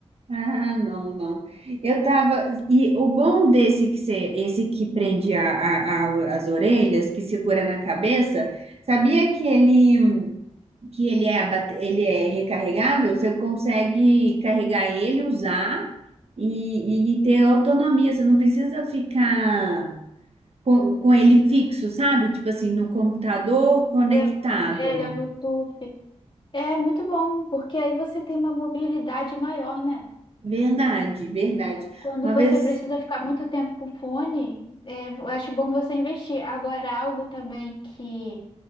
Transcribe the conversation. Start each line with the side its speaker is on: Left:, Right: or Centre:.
Right: Ah, não, não. Eu tava. E o bom desse que você, esse que prende a, a- a- as orelhas, que segura na cabeça, sabia que ele, que ele é, abate- ele é recarregável? Você consegue carregar ele, usar e, e ter autonomia. Você não precisa ficar com, com ele fixo, sabe? Tipo assim, no computador conectado.
Left: Ele é, ele é Bluetooth. É muito bom, porque aí você tem uma mobilidade maior, né?
Right: Verdade, verdade.
Left: Quando
Right: Uma
Left: você
Right: vez.
Left: precisa ficar muito tempo com o fone, é, eu acho bom você investir. Agora, algo também que